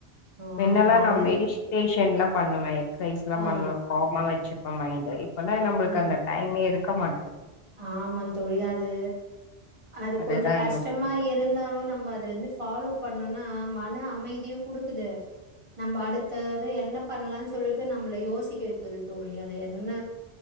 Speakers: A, on the right; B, on the left.
A: ஆ
B: மின்னல்லா
A: நல்லது
B: நா மெடிஷ்டேஷன்ல்லா பண்ணுவே எக்ஸசைஸ் எல்லா
A: ஆ
B: பண்ணுவே காமா வெச்சிப்பே மைண்ட இப்பெல்லா நம்பளுக்கு
A: ம்
B: அந்த டைமே இருக்க மாட்டே
A: ஆமா தோழி அது அது
B: அதுதா
A: கொஞ்ச கஷ்டமா
B: யோசிச்சுட்டு
A: இருந்தாலு நம்ப அது வந்து ஃபாலோ பண்ணொனா மன அமைதியு குடுக்குது நம்ப அடுத்தது என்ன பண்லான் சொல்லிட்டு நம்ப்ள யோசிக்க வைக்குது தோழி அத என்ன